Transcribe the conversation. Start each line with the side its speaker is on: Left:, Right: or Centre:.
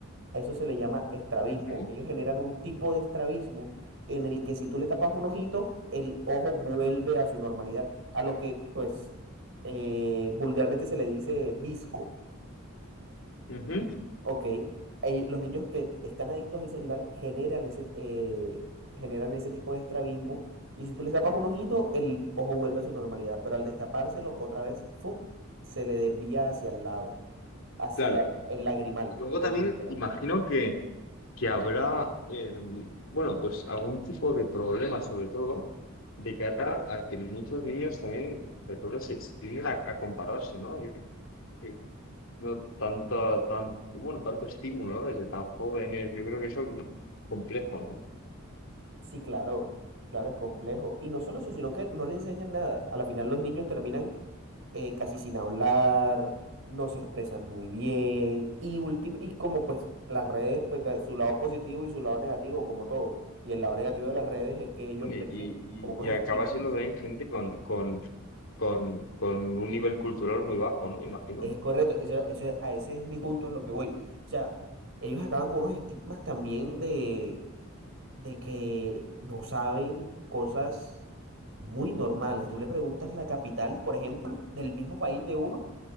Right: A Eso se le llama estrabismo.
Left: Ujú.
Right: Ellos generan un tipo de estrabismo en el que si tú le tapas un ojito, el ojo vuelve a su normalidad, a lo que pues eh, vulgarmente se le dice visco.
Left: Ujú.
Right: Ok, eh, los niños que están adictos al celular generan ese, eh, generan ese tipo de estrabismo y si tú les tapas un ojito, el ojo vuelve a su normalidad, pero al destapárselo otra vez, ¡fum! se le desvía hacia el lado, hacia
Left: Claro.
Right: el lagrimal,
Left: Luego
Right: por
Left: también
Right: lo general.
Left: imagino que. que habrá, eh, bueno, pues algún tipo de problema, sobre todo, de cara a que muchos niños también, sobre todo, se se tienden a, a compararse, ¿no? Yo, yo tengo tanta, tan, bueno, tanto estímulo, ¿no? Desde tan jóvenes, yo creo que eso es muy complejo, ¿no?
Right: Sí, claro, claro, es complejo. Y no solo eso, sino que no le enseñan nada. A la final los niños terminan eh, casi sin hablar, no se expresan muy bien y, últim- y como pues las redes, pues de su lado positivo y su lado negativo, como todo. Y el lado negativo de las redes es que ellos
Left: Y,
Right: crecen con unos
Left: y, y
Right: estigmas.
Left: acaba siendo también gente con, con, con, con un nivel cultural muy bajo, ¿no? Imagino.
Right: Es correcto, eso, eso- a ese es mi punto de lo que voy. O sea, ellos acaban con unos estigmas también de, de que no saben cosas muy normales. Tú le preguntas la capital, por ejemplo, del mismo país de uno